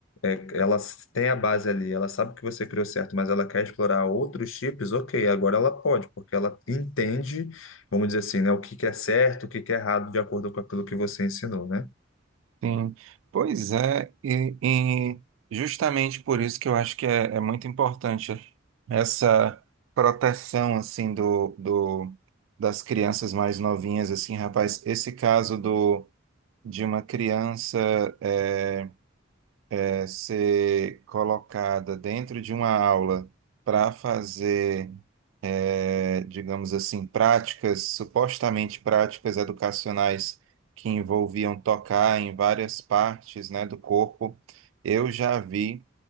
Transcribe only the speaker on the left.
é, ela s- tem a base ali, ela sabe que você criou certo, mas ela quer explorar outros chips, ok, agora ela pode, porque ela entende, vamos dizer assim, né, o que que é certo, o que que é errado, de acordo com aquilo que você ensinou, né?